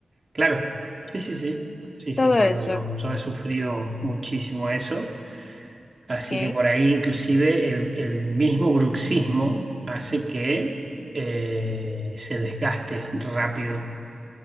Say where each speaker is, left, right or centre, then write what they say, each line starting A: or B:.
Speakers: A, on the right; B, on the left.
A: Claro, sí, sí, sí. Sí, sí,
B: todo
A: bueno,
B: eso,
A: yo, yo he sufrido muchísimo eso. Así
B: ¿ok?
A: que por ahí inclusive el, el mismo bruxismo hace que eh, se desgaste rápido